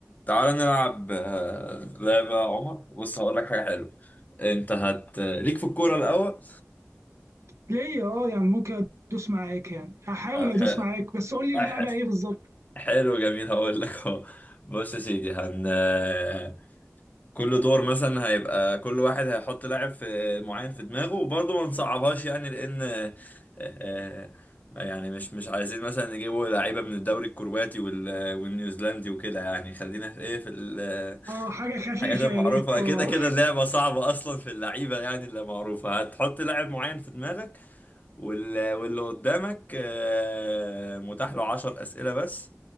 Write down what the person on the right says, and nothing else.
ليه اه يعني ممكن ادوس معاك يعني هحاول
ادوس
معاك بس قول لي اللعبه
ايه بالظبط
اه حاجه خفيفه
يا ريت اه